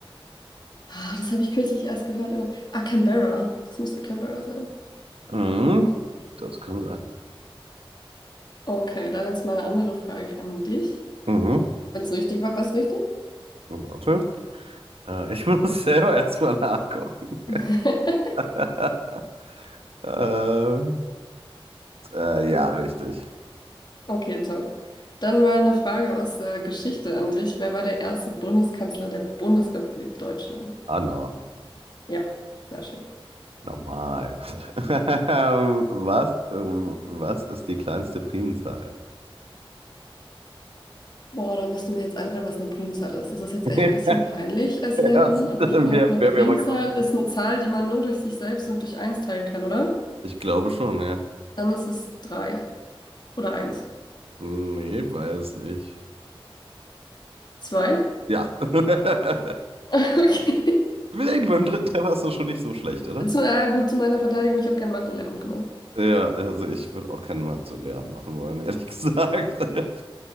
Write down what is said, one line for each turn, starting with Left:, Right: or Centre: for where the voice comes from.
Left: Ah, das habe ich kürzlich erst gehört. Ah, Canberra. Das müsste Canberra sein.
Right: Mhm. Das kann sein.
Left: Okay, dann jetzt mal eine andere Frage an dich.
Right: Mhm.
Left: Wenn es richtig war, war es richtig?
Right: Warte. Äh, ich muss <laughs> selber erstmal nachgucken.
Left: <laughs>
Right: <laughs> Ähm, äh, ja, richtig.
Left: Okay, top. Dann mal eine Frage aus äh, Geschichte an dich. Wer war der erste Bundeskanzler der Bundesrepublik Deutschland?
Right: Ah, no.
Left: Ja, sehr schön.
Right: Normal. <laughs> Ähm, was, ähm, was ist die kleinste Primzahl?
Left: Boah, da müsste mir jetzt einfallen, was eine Primzahl ist. Das ist jetzt
Right: <laughs>
Left: echt ein bisschen peinlich als
Right: Das
Left: Lehrerin, aber ich glaube,
Right: wäre
Left: eine
Right: wär
Left: Primzahl
Right: mir mal genau.
Left: ist eine Zahl, die man nur durch sich selbst und durch eins teilen kann, oder?
Right: Ich glaube schon, ja.
Left: Dann ist es drei oder eins.
Right: Nee, weiß nicht.
Left: Zwei? <laughs>
Right: Ja. <laughs>
Left: Okay.
Right: Vielleicht beim dritten Treffer ist das schon nicht so schlecht, oder?
Left: Zu, ah, gut, zu meiner Verteidigung, ich habe kein Mathe-Lehramt gemacht.
Right: Ja, also ich würde auch keinen Mathe-Lehrer machen wollen, ehrlich gesagt. <laughs>